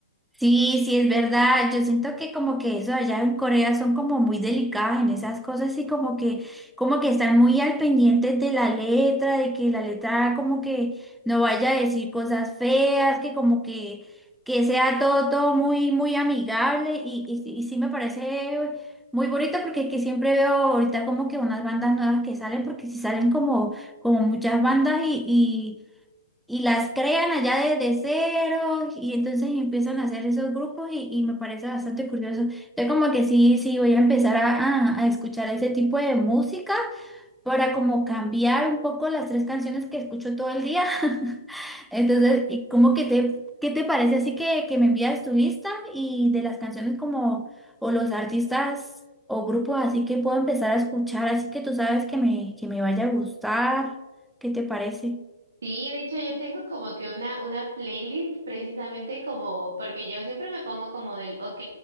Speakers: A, in the centre; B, on the right.
A: Sí, sí, es verdad. Yo siento que como que eso allá en Corea son como muy delicadas en esas cosas y como que, como que están muy al pendiente de la letra, de que la letra como que no vaya a decir cosas feas, que como que, que sea todo, todo muy, muy amigable y, y, sí y sí me parece muy bonito porque que siempre veo ahorita como que unas bandas nuevas que salen porque si salen como, como muchas bandas y, y las crean allá desde cero y entonces empiezan a hacer esos grupos y, y me parece bastante curioso. Entonces como que sí, sí, voy a empezar a, a- a escuchar ese tipo de música para como cambiar un poco las tres canciones que escucho todo el día. <laughs> Entonces, y como que te, ¿qué te parece? Así que, que me envías tu lista y de las canciones como o los artistas o grupos así que puedo empezar a escuchar, así que tú sabes que me, que me vaya a gustar. ¿Qué te parece?
B: Sí, de hecho yo tengo como que una, una playlist precisamente como, porque yo siempre me pongo como del, ok,